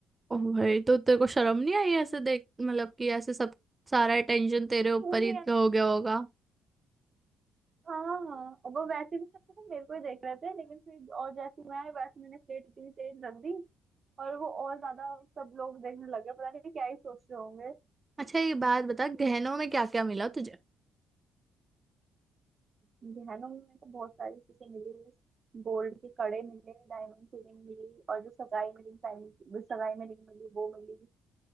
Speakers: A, on the right; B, on the right.
A: ओ भाई तो तेरे को शर्म नहीं आई ऐसे देख मतलब कि ऐसे सब सारा अटेंशन तेरे ऊपर
B: मुंह नहीं
A: ही तो
B: आई
A: हो गया होगा
B: हाँ और वो वैसे भी सब तो मेरे को ही देख रहे थे लेकिन फिर और जैसे ही मैं आई वैसे मैंने प्लेट इतनी तेज रख दी और वो और ज्यादा सब लोग देखने लगे पता नहीं क्या ही सोच रहे होंगे
A: अच्छा ये बात बता गहनों में क्या क्या मिला तुझे
B: गहनों में मेरे को बहुत सारी चीजें मिली गोल्ड के कड़े मिले डायमंड की रिंग मिली और जो सगाई में रिंग पहनी सगाई में रिंग मिली वो मिली